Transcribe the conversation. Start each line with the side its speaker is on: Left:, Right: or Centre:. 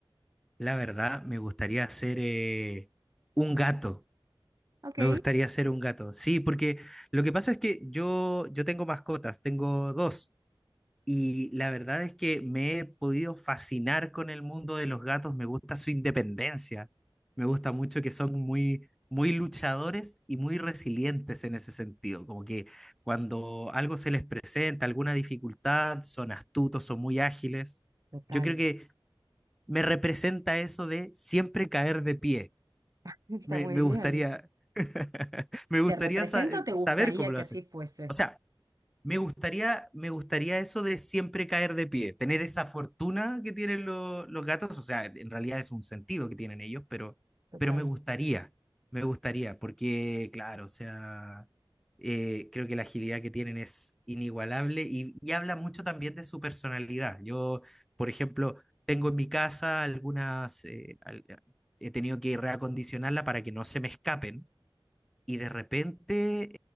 Centre: La verdad, me gustaría ser eh, un gato.
Right: Ok,
Centre: Me gustaría ser un gato. Sí, porque lo que pasa es que yo, yo tengo mascotas, tengo dos. Y la verdad es que me he podido fascinar con el mundo de los gatos. Me gusta su independencia. Me gusta mucho que son muy, muy luchadores y muy resilientes en ese sentido. Como que cuando algo se les presenta, alguna dificultad, son astutos, son muy ágiles.
Right: total.
Centre: Yo creo que me representa eso de siempre caer de pie.
Right: <laughs> Está
Centre: Me,
Right: muy
Centre: me
Right: bien.
Centre: gustaría, <laughs> me gustaría
Right: ¿Te represento
Centre: sa-
Right: o te
Centre: saber
Right: gustaría
Centre: cómo lo
Right: que
Centre: hacen.
Right: así fuese?
Centre: O sea, me gustaría, me gustaría eso de siempre caer de pie, tener esa fortuna que tienen lo- los gatos, o sea, en realidad es un sentido que tienen ellos, pero,
Right: Total.
Centre: pero me gustaría, me gustaría, porque claro, o sea, eh, creo que la agilidad que tienen es inigualable y, y habla mucho también de su personalidad. Yo, por ejemplo, tengo en mi casa algunas, eh, al- eh, he tenido que reacondicionarla para que no se me escapen y de repente